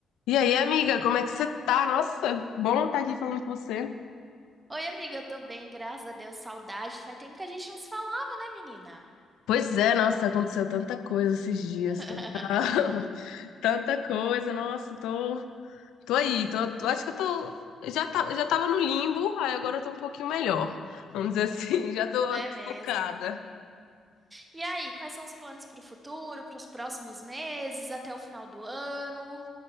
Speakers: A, on the left (about 80°); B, on the right (about 20°).
A: E aí, amiga, como é que você tá? Nossa, bom estar aqui falando com você.
B: Oi, amiga, eu tô bem, graças a Deus. Saudade. Faz tempo que a gente não se falava, né, menina?
A: Pois é, nossa, aconteceu tanta coisa esses dias,
B: <laughs>
A: tanta, <laughs> tanta coisa, nossa, tô, tô aí, tô, tô- acho que eu tô, já, tá, já tava no limbo, aí agora eu tô um pouquinho melhor, vamos dizer assim, <laughs> já tô
B: É mesmo.
A: focada.
B: E aí, quais são os planos pro futuro, pros próximos meses, até o final do ano?